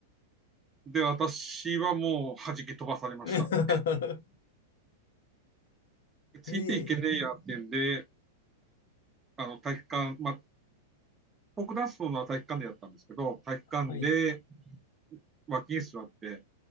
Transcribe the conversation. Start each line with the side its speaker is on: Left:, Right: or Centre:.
Right: で、私はもう弾き飛ばされましたね。
Left: <laughs>
Right: ついていけねえやってんで、
Left: えー
Right: あの、体育館、まあ、フォークダンスのは体育館でやったんですけど、体育館で
Left: はい。
Right: 脇に座って、